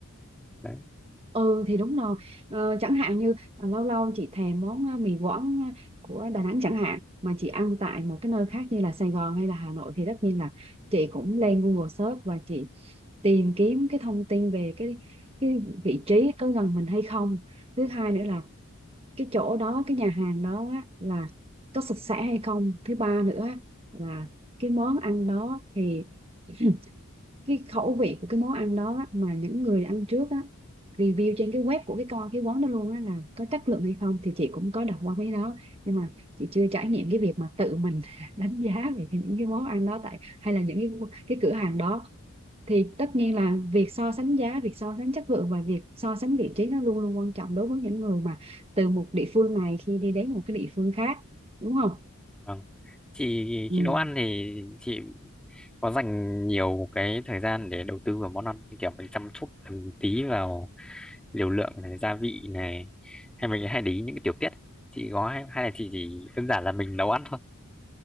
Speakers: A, in the centre; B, on the right.
A: đấy
B: ừ thì đúng rồi ờ, chẳng hạn như à, lâu lâu chị thèm món à, mì Quảng à, của Đà Nẵng chẳng hạn mà chị ăn tại một cái nơi khác như là Sài Gòn hay là Hà Nội thì tất nhiên là chị cũng lên Google search và chị tìm kiếm cái thông tin về cái cái vị trí có gần mình hay không thứ hai nữa là cái chỗ đó cái nhà hàng đó á, là có sạch sẽ hay không thứ ba nữa á, là cái món ăn đó thì <clears throat> cái khẩu vị của cái món ăn đó á, mà những người ăn trước á review trên cái web của cái con cái quán đó luôn á là có chất lượng hay không thì chị cũng có đọc qua cái đó nhưng mà chị chưa trải nghiệm cái việc mà tự mình <laughs> đánh giá về cái- những cái món ăn đó tại hay là những cái, cái cửa hàng đó thì tất nhiên là việc so sánh giá việc so sánh chất lượng và việc so sánh vị trí nó luôn luôn quan trọng đối với những người mà từ một địa phương này khi đi đến một cái địa phương khác đúng không
A: vâng chị
B: ừ.
A: khi nấu ăn thì chị có dành nhiều cái thời gian để đầu tư vào món ăn như kiểu mình chăm chút từng tí vào liều lượng này gia vị này hay mình hay để ý những cái tiểu tiết chị có hay, hay là chị chỉ đơn giản là mình nấu ăn thôi